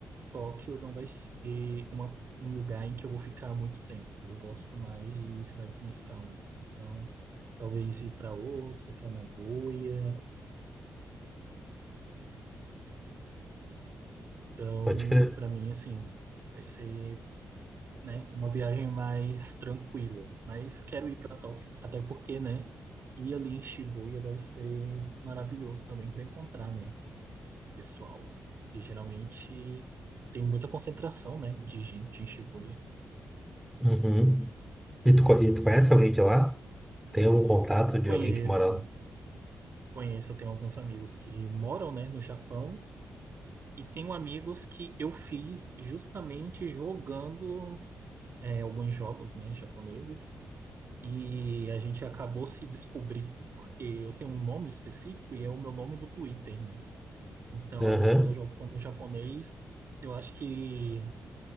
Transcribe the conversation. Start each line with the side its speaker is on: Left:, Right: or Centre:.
Right: Tóquio não vai ser uma, um lugar em que eu vou ficar muito tempo. Eu gosto mais de cidades mais calmas. Então, talvez ir para Osaka, Nagoya. Então,
Centre: Pode crer.
Right: para mim, assim, vai ser. né? Uma viagem mais tranquila. Mas quero ir para Tóquio, até porque, né? Ir ali em Shibuya deve ser maravilhoso também para encontrar, né? o Pessoal lá. E geralmente tem muita concentração, né? De gente em Shibuya.
Centre: Uhum. E tu, co- e tu conhece alguém de lá? Tem algum contato de
Right: Conheço,
Centre: alguém que mora lá?
Right: conheço. Tenho alguns amigos que moram, né? No Japão. E tenho amigos que eu fiz justamente jogando é, alguns jogos, né? Japoneses. E a gente acabou se descobrindo porque eu tenho um nome específico e é o meu nome do Twitter, né? Então,
Centre: Aham.
Right: às vezes, quando eu jogo com algum japonês, eu acho que